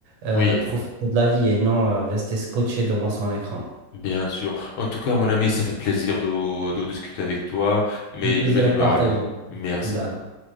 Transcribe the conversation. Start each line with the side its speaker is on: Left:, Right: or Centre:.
Right: euh,
Left: Oui.
Right: profiter de la vie et non euh, rester scotché devant son écran.
Left: Bien sûr. En tout cas, mon ami, ça fait plaisir de, de discuter avec toi, mais
Right: Le plaisir
Left: je vais devoir
Right: est partagé.
Left: aller. Merci.
Right: D'accord.